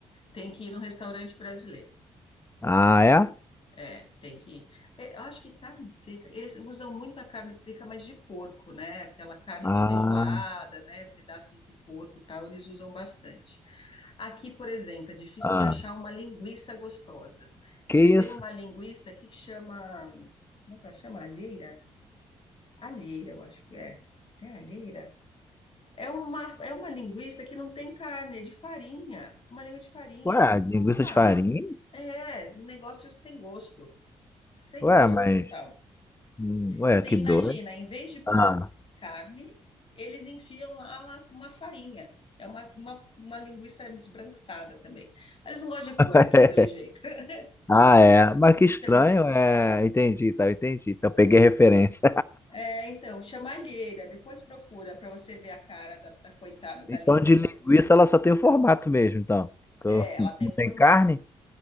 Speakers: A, on the left; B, on the left.
A: Tem que ir no restaurante brasileiro.
B: Ah, é?
A: É, tem que ir. É, eu acho que carne seca. Eles usam muito a carne seca, mas de porco, né? Aquela carne
B: Ah,
A: de feijoada, né? Pedaços do porco, e tal. Eles usam bastante. Aqui, por exemplo, é difícil
B: ah.
A: de achar uma linguiça gostosa.
B: Que
A: Eles
B: isso?
A: têm uma linguiça aqui que chama, como é que ela chama? Alheira? Alheira, eu acho que é. É alheira? É uma, é uma linguiça que não tem carne, é de farinha. Uma língua de farinha.
B: Ué, linguiça
A: Ah,
B: de farinha?
A: é, um negócio sem gosto. Sem
B: Ué,
A: gosto
B: mas...
A: total.
B: hum, Ué,
A: Você
B: que
A: imagina,
B: doido.
A: em vez de pôr
B: Ah,
A: carne, eles enfiam lá uma farinha. É uma, uma, uma linguiça esbranquiçada também. Eles não gostam de cor
B: <laughs>
A: aqui, pelo jeito. <laughs>
B: ah, é. Mas que estranho,
A: Chama.
B: é. Entendi, tá, entendi. Então peguei a referência.
A: É, então, chama alheira. Depois procura para você ver a cara da, da coitada da
B: Então,
A: linguiça.
B: de linguiça, ela só tem o formato mesmo, então. Que
A: É,
B: eu-
A: ela tem
B: Não
A: o formato.
B: tem carne?